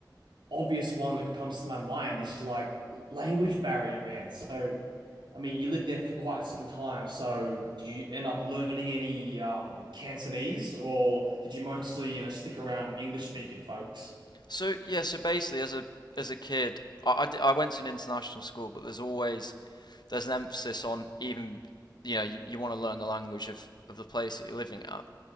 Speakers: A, on the right; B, on the left.
A: obvious one that comes to my mind is like language barrier, man. So, I mean, you lived there for quite some time. So, did you end up learning any um, Cantonese, or did you mostly, you know, stick around English speaking folks?
B: So yeah, so basically, as a as a kid, I, I, I went to an international school, but there's always there's an emphasis on even you know you, you want to learn the language of of the place that you're living at.